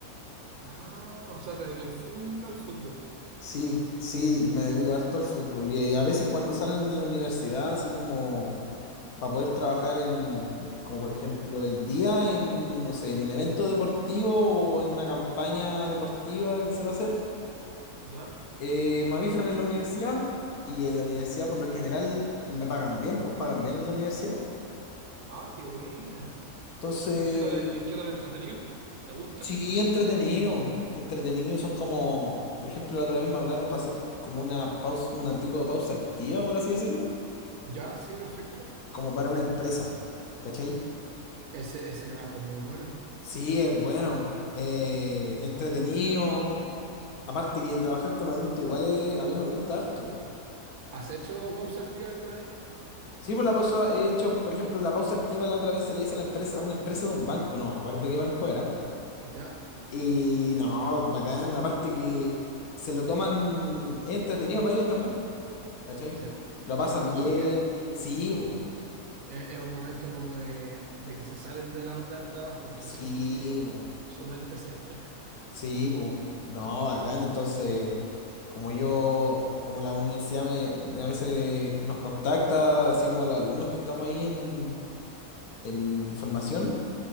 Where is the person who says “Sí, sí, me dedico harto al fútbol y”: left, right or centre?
Left